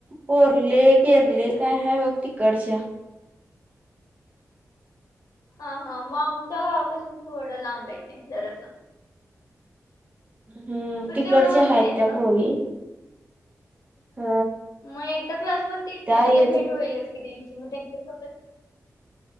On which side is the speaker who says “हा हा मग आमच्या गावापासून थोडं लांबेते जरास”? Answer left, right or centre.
Left